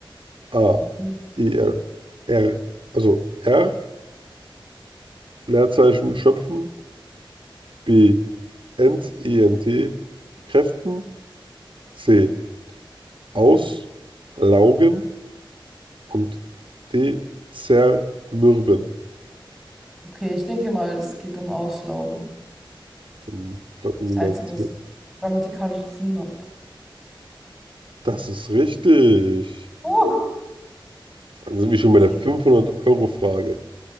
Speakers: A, on the right; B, in the centre.
A: a.
B: Mhm.
A: er, er, also r. Leerzeichen schöpfen, b. ent, ent, kräften, c. auslaugen und dezermürben.
B: Okay, ich denke mal, es geht um Auslauben.
A: Dann locken
B: Das ist
A: wir
B: der
A: mal
B: Einzige,
A: C.
B: was grammatikalisches Sinn macht.
A: Das ist richtig.
B: Uh,
A: Dann sind wir schon bei
B: Was
A: der
B: denn?
A: fünfhundert euro frage